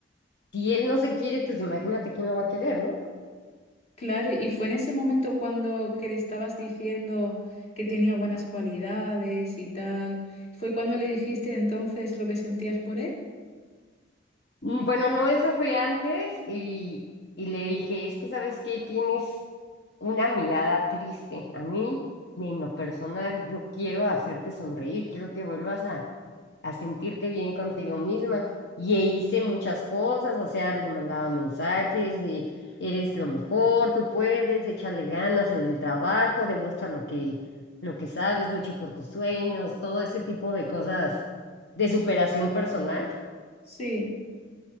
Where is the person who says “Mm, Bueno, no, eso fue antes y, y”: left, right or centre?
Left